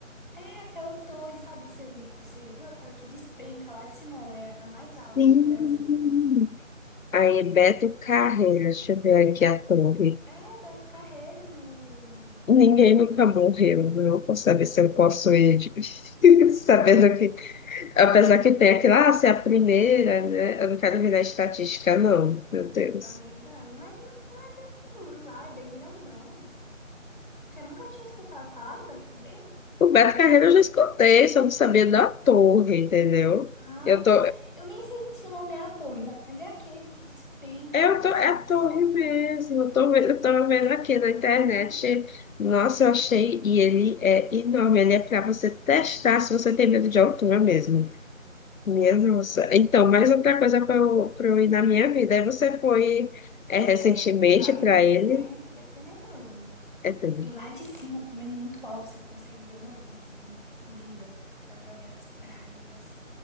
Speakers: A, on the left (about 40°); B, on the left (about 85°).
A: É aquela torre, sabe? Você, você já viu aquela que despenca lá de Simão? É a mais alta
B: Sim.
A: do Brasil.
B: Aí, Beto Carreira, deixa eu ver aqui a thumb.
A: É Beto Carreiro no
B: Ninguém nunca morreu, não vou saber se eu posso ir, de- <laughs> sabendo que, apesar que tem aquilo, ah, se é a primeira, né? Eu não quero virar estatística, não, meu Deus.
A: É verdade, mas, é- mas é seguro lá, é bem grandão. Você nunca tinha escutado falar do Beto Carreiro?
B: O Beto Carreira eu já escutei, só não sabia da torre, entendeu?
A: Ah,
B: Eu tô,
A: tá. Eu nem sei se o nome é a torre, ma- mas é aquele que despenca
B: eu
A: lá de
B: tô,
A: cima,
B: é a
A: que
B: torre
A: sobe devagar
B: mesmo,
A: e despenca.
B: eu tô, vendo- eu tô vendo aqui na internet,
A: É, né?
B: nossa, eu achei, e ele é enorme, ele é pra você testar se você tem medo de altura mesmo. Minha nossa. Então, mais
A: É,
B: outra coisa para eu, pra eu ir na minha vida. Aí você foi é, recentemente
A: é. Vai
B: para
A: nesse,
B: ele.
A: que é, que é tenebroso.
B: É, tudo.
A: E lá de cima, como é muito alto, você consegue ver uma vista, assim, linda. Dá pra ver as praias.